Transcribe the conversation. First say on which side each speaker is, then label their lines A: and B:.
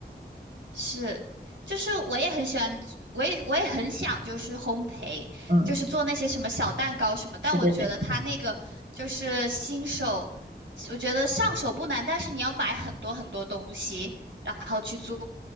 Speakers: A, on the right; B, on the right.
A: 是，就是我也很喜欢，我也我也很想就是烘焙，
B: 嗯，
A: 就是做那些什么小蛋糕什么，但我觉得他那个就是新手，
B: 对对对，
A: 我觉得上手不难，但是你要买很多很多东西，然后去做，